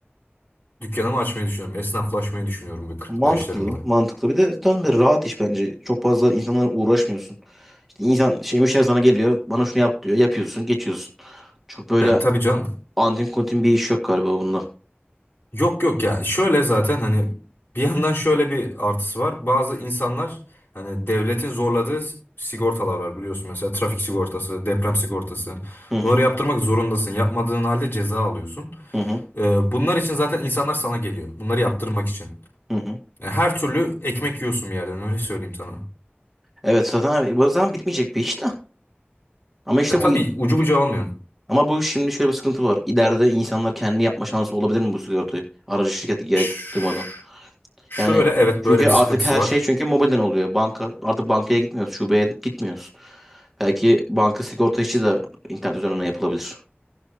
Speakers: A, on the left; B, in the centre.
A: dükkanımı açmayı düşünüyorum. Esnaflaşmayı düşünüyorum bu kırklı
B: Mantıklı,
A: yaşlarımda.
B: mantıklı. Bir de tam bir rahat iş bence. Çok fazla insanlara uğraşmıyorsun. İşte insan şey müşteri sana geliyor. Bana şunu yap diyor. Yapıyorsun, geçiyorsun. Çok böyle
A: E, tabii canım.
B: antin kuntin bir iş yok galiba bunda.
A: Yok yok ya şöyle zaten hani bir yandan şöyle bir artısı var. Bazı insanlar hani devletin zorladığı s- sigortalar var biliyorsun mesela trafik sigortası, deprem sigortası.
B: Hı hı.
A: Bunları yaptırmak zorundasın. Yapmadığın halde ceza alıyorsun.
B: Hı hı.
A: Ee, bunlar için zaten insanlar sana geliyor. Bunları yaptırmak için.
B: Hı hı.
A: Yani her türlü ekmek yiyorsun bir yerden öyle söyleyeyim sana.
B: Evet zaten bu zaman bitmeyecek bir iş de. Ama işte
A: E, tabii
B: bu
A: ucu bucağı olmayan.
B: ama bu şimdi şöyle bir sıkıntı var. İleride insanlar kendi yapma şansı olabilir mi bu sigortayı? Aracı şirketi gerek
A: Ş-
B: duymadan.
A: Şöyle
B: Yani
A: evet
B: çünkü
A: böyle bir sıkıntısı
B: artık her
A: var.
B: şey çünkü mobilden oluyor. Banka artık bankaya gitmiyoruz, şubeye gitmiyoruz. Belki banka sigorta işi de internet üzerinden yapılabilir.